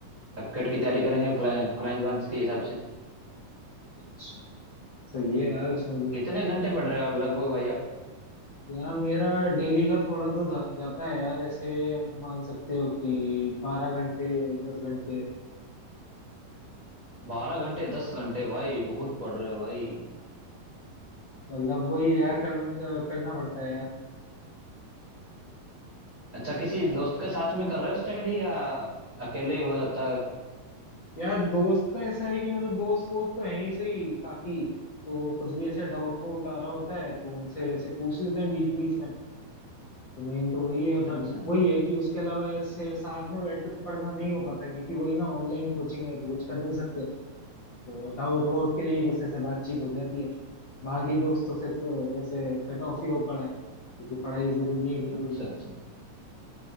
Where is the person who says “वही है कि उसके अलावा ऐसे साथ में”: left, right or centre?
Left